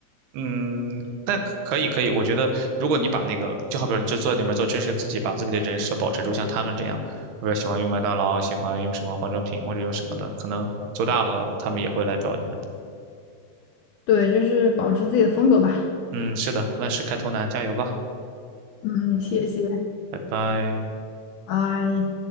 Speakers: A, on the right; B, on the left.
A: 嗯，但可可以可以，我觉得如果你把那个，就好比说你就坐在里面做真实自己，把自己的人设保持住，像他们这样，比如喜欢用麦当劳，喜欢用什么化妆品或者用什么的，可能做大了他们也会来找你们的。
B: 对，就是保持自己的风格吧。
A: 嗯，是的，万事开头难，加油吧，
B: 嗯，谢谢，
A: 拜拜。
B: 拜。